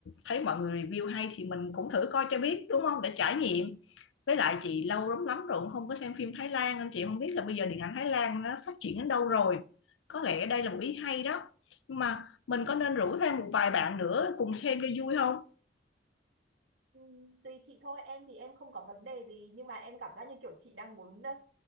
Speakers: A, on the left; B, on the right.
A: thấy mọi người review hay thì mình cũng thử coi cho biết đúng không để trải nghiệm với lại chị lâu lắm lắm rồi cũng không có xem phim Thái Lan nên chị không biết là bây giờ điện ảnh Thái Lan nó phát triển đến đâu rồi có lẽ đây là một ý hay đó nhưng mà mình có nên rủ thêm một vài bạn nữa cùng xem cho vui không
B: Ừm, Tùy chị thôi, em thì em không có vấn đề gì nhưng mà em cảm giác như kiểu chị đang muốn ờ,